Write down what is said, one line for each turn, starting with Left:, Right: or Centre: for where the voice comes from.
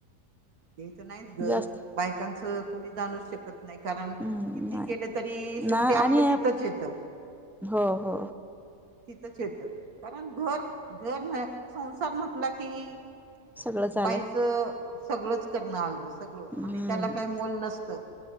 Right: ते तर नाहीच ग
Centre: जास्त
Right: बायकांचं कोणी जाणू शक नाही कारण
Centre: हम्म
Right: किती
Centre: नाही.
Right: केलं तरी शेवटी
Centre: ना
Right: आपलं
Centre: आणि
Right: तिथंच येत.
Centre: हो हो.
Right: तिथंच येत कारण घर घर न संसार म्हटला की.
Centre: सगळंच आलं
Right: बाईचं सगळंच करण आलं. सगळ
Centre: हम्म
Right: आणि त्याला काही मोल नसत